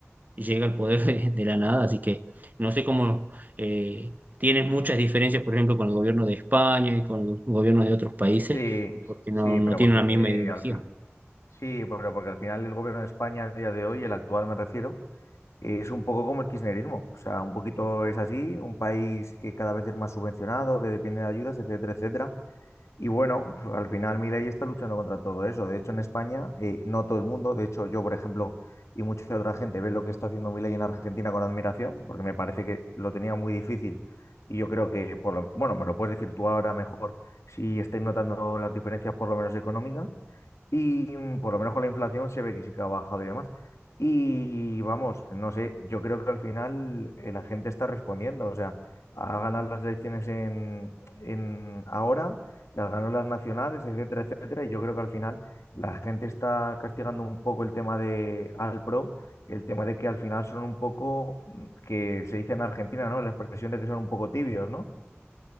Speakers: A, on the right; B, on the left.
A: llega al poder <laughs> de, de la nada, así que no sé cómo eh, tienes muchas diferencias, por ejemplo, con el gobierno de España y con los gobiernos de otros países,
B: Sí,
A: porque
B: sí,
A: no, no
B: pero
A: tienen
B: porque
A: la misma ideología.
B: al fin, sí, pero porque al final el gobierno de España a día de hoy, el actual me refiero, Es un poco como el kirchnerismo, o sea, un poquito es así, un país que cada vez es más subvencionado, que depende de ayudas, etcétera, etcétera. Y bueno, pues, al final Milei está luchando contra todo eso. De hecho, en España, eh, no todo el mundo, de hecho yo, por ejemplo, y mucha otra gente ve lo que está haciendo Milei en Argentina con admiración, porque me parece que lo tenía muy difícil. Y yo creo que, por lo- bueno, me lo puedes decir tú ahora mejor, si estáis notando las diferencias por lo menos económicas. Y mm, por lo menos con la inflación se ve que sí que ha bajado y demás. Y vamos, no sé, yo creo que al final eh, la gente está respondiendo. O sea, ha ganado las elecciones en, en ahora, las ganó las nacionales, etcétera, etcétera. Y yo creo que al final la gente está castigando un poco el tema de al pro, el tema de que al final son un poco, mm, que se dice en Argentina, ¿no? La expresión de que son un poco tibios, ¿no?